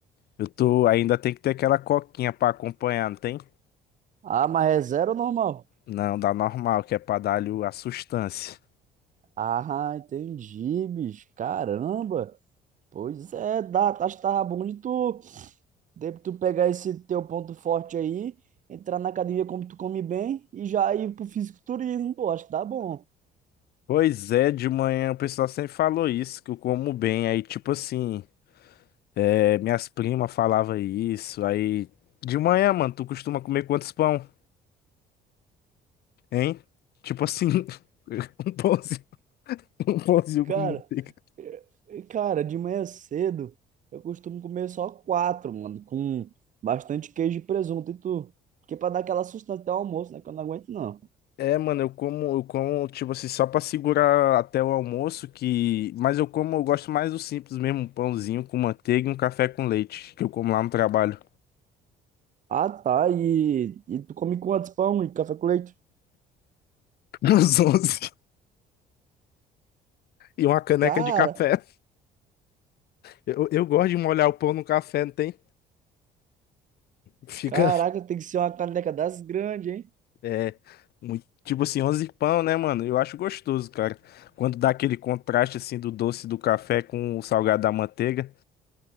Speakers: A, on the left; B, on the right.
A: eu tô ainda tem que ter aquela coquinha pra acompanhar, não tem?
B: Ah, mas é zero ou normal?
A: Não, dá normal, que é pra dar-lhe o- a sustância.
B: Ah, entendi, bicho. Caramba. Pois é, dá, Tá, acho que tava bom de tu, de tu pegar esse teu ponto forte aí, entrar na academia como tu come bem e já ir pro fisiculturismo, pô, acho que dá bom.
A: Pois é, de manhã o pessoal sempre falou isso, que eu como bem. Aí, tipo assim, é, minhas primas falavam isso. Aí, de manhã, mano, tu costuma comer quantos pão, hein? Tipo assim, <laughs> um pãozinho, um pãozinho
B: Cara,
A: com manteiga.
B: E, Cara, de manhã cedo eu costumo comer só quatro, mano, com bastante queijo e presunto. E tu? Porque pra dar aquela sustância até o almoço, né? Que eu não aguento, não.
A: É, mano, eu como, eu como, tipo assim, só pra segurar até o almoço, que... Mas eu como, eu gosto mais do simples mesmo, um pãozinho com manteiga e um café com leite, que eu como lá no trabalho,
B: Ah, tá. E, e tu come quantos pão e café com leite?
A: <laughs> nos 11 e uma caneca
B: Cara,
A: de café. Eu, eu gosto de molhar o pão no café, não tem? Fica,
B: caraca, tem que ser uma caneca das grandes, hein?
A: é, muito, tipo assim, 11 pão, né, mano? Eu acho gostoso, cara. Quando dá aquele contraste, assim, do doce do café com o salgado da manteiga,